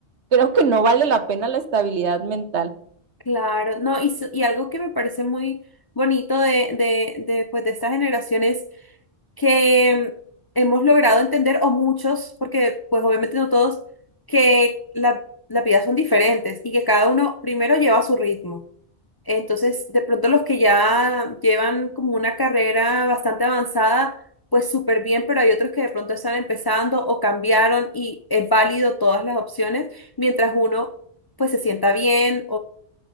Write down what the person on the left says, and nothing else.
Claro, no, y, s- y algo que me parece muy bonito de, de, de, pues, de estas generaciones que hemos logrado entender, o muchos, porque pues obviamente no todos, que la, la vida son diferentes y que cada uno primero lleva su ritmo. Entonces, de pronto los que ya llevan como una carrera bastante avanzada, pues súper bien, pero hay otros que de pronto están empezando o cambiaron y es válido todas las opciones, mientras uno pues se sienta bien